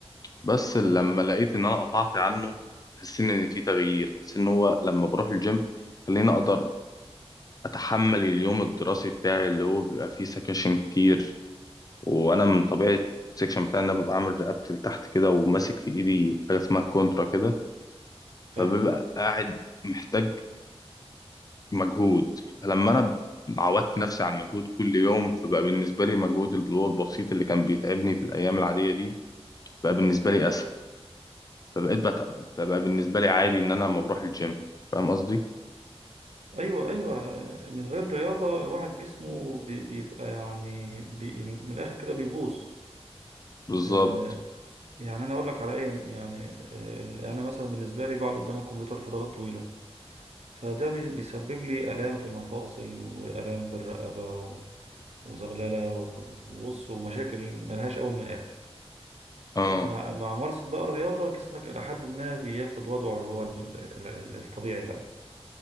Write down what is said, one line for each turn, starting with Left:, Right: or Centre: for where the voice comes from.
Left: بس لما
Right: ايوه
Left: لقيت ان انا قطعت عنه حسيت ان في تغيير حسيت ان هو لما بروح الجيم خليني اقدر اتحمل اليوم الدراسي بتاعي اللي هو بيبقى فيه سكاشن كتير وانا من طبيعه السكشن بتاعي ان انا ببقى عامل رقبتي لتحت كده وماسك في ايدي حاجه اسمها كونترا كده فببقى
Right: ايوه
Left: قاعد محتاج مجهود فلما انا عودت نفسي على المجهود كل يوم فبقى بالنسبه لي مجهود اللي هو البسيط اللي كان بيتعبني في الايام العاديه دي بقى بالنسبه لي اسهل فبقيت بت... فبقى بالنسبة لي عادي إن أنا لما بروح الجيم فاهم قصدي؟
Right: ايوه ايوه من غير رياضه الواحد جسمه بي- بيبقى يعني بي من من الاخر كده بيبوظ
Left: بالظبط
Right: آه، يعني انا اقول لك على ايه يعني آه، ال- انا مثلا بالنسبه لي بقعد قدام الكمبيوتر فترات طويله فده بي- بيسبب لي الام في المفاصل والام في الرقبه و- وزغلله و- وبص ومشاكل ملهاش اول من الاخر
Left: اه
Right: مع مع ممارسه بقى الرياضه جسمك الى حد ما بياخد وضعه اللي هو ال- ال- الطبيعي بقى